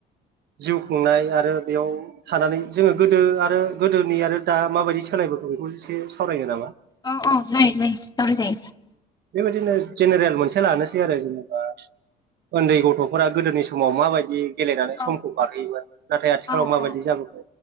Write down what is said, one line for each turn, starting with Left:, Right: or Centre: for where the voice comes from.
Right: जिउ खुंनाय आ आरो बेयाव थानानै जोङो गोदो आरो गोदोनि आरो दा माबायदि सोलायबोखो दा बेखौ एसे सावरायनो नामा?
Left: औ औ जायो जायो सावराय जायो
Right: बिदिनो जेनेरेल मोनसे लानोसै आरो जेनेबा उन्दै गथ फोरा गोदोनि समाव माबायदि गेलेनानै
Left: औ
Right: समखौ बारहोयोमोन नाथाय आथिखालाव
Left: औ
Right: माबायदि
Left: औ
Right: जाबोखो